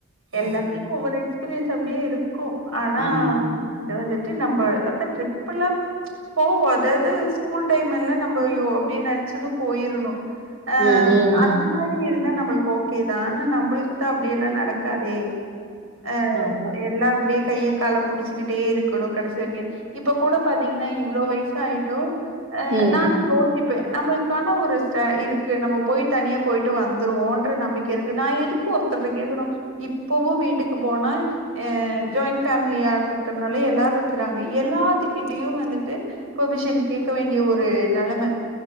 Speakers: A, on the right; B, on the right.
A: எல்லாத்துக்கு
B: ஓகே
A: ஒவ்வொரு எக்ஸ்பீரி யன்ஸ் அப்டியே இரு கு ஆனா
B: ஆமா
A: இது வந்துட் டு நம்ப அக்கா ட்ரிப் எல்லா போவோ அதாவ்து ஸ்கூல் டைம் எல்லா நம்ப யோ அப்டியே நெனைச்சது போயிரணு அஹ்
B: ம் ம்
A: அந்த மாதிரி நம்மளுக்கு ஓகேதான் ஆனா நம்மளுக்குத்தான் அப்படிய எல்லாம் நடக்காதே அஹ்
B: ஆமா
A: எல்லாம் அப்டியே கைய கால புடிச்சுக்கிட்டே இருக்கணும் கடைசி வரைக்கும் இப்ப கூட பாத்தீங்கன்னா இவ்ளோ வயசு ஆயிட்டும் அஹ்
B: ம்
A: நானே யோசிப்பேன் நம்மளுக்கான ஒரு ஸ இருக்கு நம்ம போய் தனியா போயிட்டு வந்து வந்துருவோன்ற நம்பிக்கை இருக்கு நான் எதுக்கு ஒருத்தர் கேக்ணும் இப்பவும் வீட்டுக்கு போனா ஜாயின்ட் ஃபமிலியா இருக்கறனால எல்லாரும் இருக்கறாங்க எல்லாத்துக்கிட்டயும் வந்துட்டு பெமிஷன் கேட்க வேண்டிய ஒரு நெலம